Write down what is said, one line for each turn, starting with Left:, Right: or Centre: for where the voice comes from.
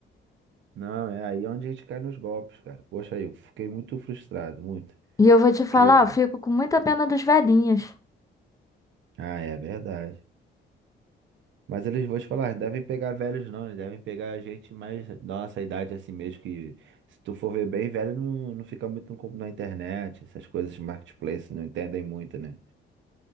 Right: Não, é aí onde a gente cai nos golpes, cara. Poxa, aí, eu fiquei muito frustrado, muito.
Left: E eu vou te falar,
Right: Porque...
Left: eu fico com muita pena dos velhinhos.
Right: Ah, é verdade. Mas eles, vou te falar, não devem pegar velhos não, eles devem pegar gente mais da nossa idade assim mesmo, que se tu for ver bem, velho não, não fica muito no comp- na internet, essas coisas de marketplace não entendem muito, né?